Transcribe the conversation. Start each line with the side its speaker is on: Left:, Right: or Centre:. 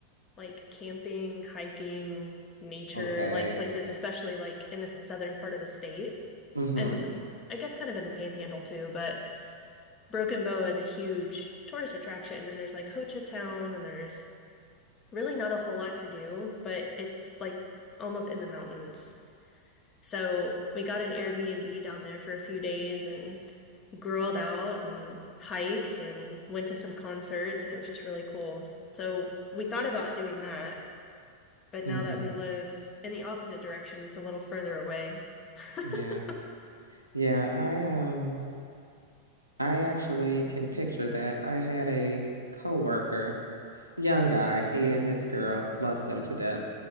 Left: like camping, hiking, nature,
Right: Okay.
Left: like places, especially like in the southern part of the state.
Right: hmm
Left: And I guess kind of in the panhandle too, but Broken Bow is a huge tourist attraction. And there's like Ho Chi Town and there's really not a whole lot to do, but it's like almost in the mountains. So we got an Airbnb down there for a few days and grilled out and hiked and went to some concerts, and it was just really cool. So we thought about doing that, but
Right: hmm
Left: now that we live in the opposite direction, it's a little further away. <laughs>
Right: Yeah. Yeah, I um I actually can picture that. I had a coworker, young guy, he and his girl loved them to death,